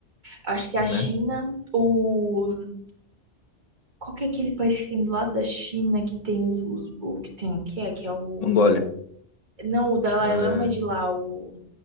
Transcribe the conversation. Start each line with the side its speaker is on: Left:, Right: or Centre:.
Right: Acho que a
Left: né?
Right: China, o Qual que é aquele país que tem do lado da China que tem os, os- o que tem que é que é o
Left: Mongólia.
Right: não o Dalai
Left: Ah,
Right: Lama é de lá o